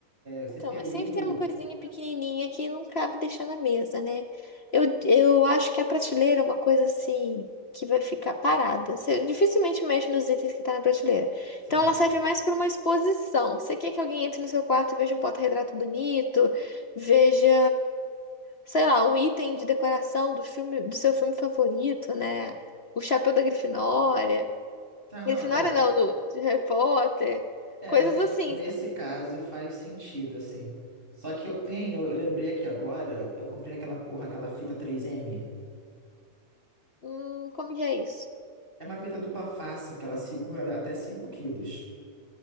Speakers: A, on the right (about 40°); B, on the left (about 45°).
A: é, CPU,
B: Então, mas sempre tem uma coisinha pequenininha que não cabe deixar na mesa, né? Eu, eu acho que a prateleira é uma coisa assim que vai ficar parada. Você dificilmente mexe nos itens que tá na prateleira.
A: sim.
B: Então ela serve mais para uma exposição. Você quer que alguém entre no seu quarto e veja um porta-retrato bonito, veja, sei lá, um item de decoração do filme, do seu filme favorito, né? O chapéu da Grifinória.
A: Tá,
B: Grifinória
A: não, é.
B: não, do de Harry Potter.
A: É,
B: Coisas
A: não, ne-
B: assim.
A: nesse caso faz sentido, assim. Só que eu tenho, eu lembrei aqui agora, eu comprei aquela porra, aquela fita três m
B: Hum, como que é isso?
A: É uma fita dupla face, que ela segura até 5 quilos.